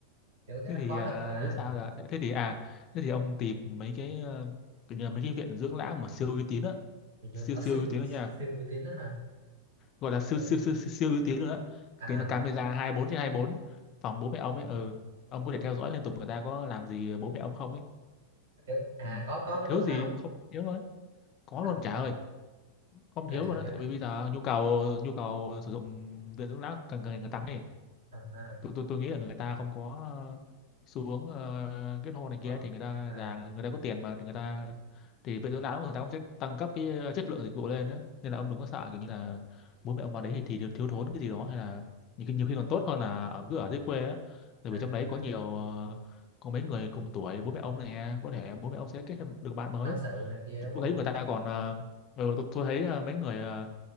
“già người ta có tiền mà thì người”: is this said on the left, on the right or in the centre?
Left